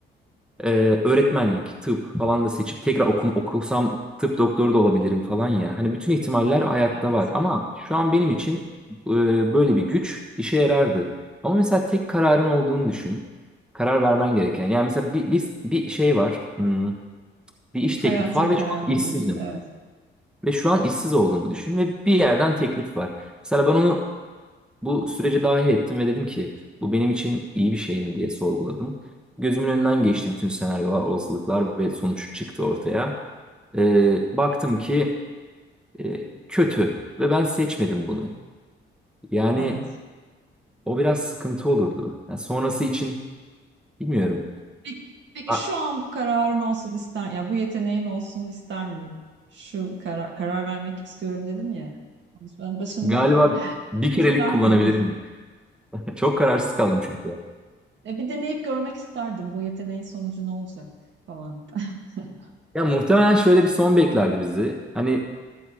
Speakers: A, in the centre; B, on the right.
A: ee, öğretmenlik, tıp falan da seçip tekrar okum, okusam tıp doktoru da olabilirim falan ya. Hani bütün ihtimaller hayatta
B: evet.
A: var ama şu an benim için e, böyle bir güç işe yarardı. Ama mesela tek kararın olduğunu düşün. Karar vermen gereken. Yani mesela bir, bir, bir şey var. hmm, bir iş
B: çok
A: teklifi
B: hayati
A: var
B: bir
A: ve
B: karar
A: şu an
B: olabilir.
A: işsizdim.
B: Evet.
A: Ve şu an işsiz olduğumu düşün ve bir yerden teklif var. Mesela ben onu bu sürece dahil ettim ve dedim ki bu benim için iyi bir şey mi diye sorguladım. Gözümün önünden geçti bütün senaryolar, olasılıklar ve sonuç çıktı ortaya. Ee, baktım ki e, kötü ve ben seçmedim bunu. Yani
B: Evet.
A: o biraz sıkıntı olurdu. Yani sonrası için bilmiyorum.
B: Peki, peki
A: Ha,
B: şu an bu kararın olsun ister ya bu yeteneğin olsun ister miydin? Şu karar, karar vermek istiyorum dedin ya konuşmanın başında
A: galiba
B: <laughs>
A: bir
B: ister
A: kerelik kullanabilirim.
B: miydin?
A: <laughs> Çok kararsız kaldım çünkü.
B: E, bir deneyip görmek isterdim bu yeteneğin sonucu ne olacak falan. <laughs>
A: Ya muhtemelen şöyle bir son beklerdi bizi. Hani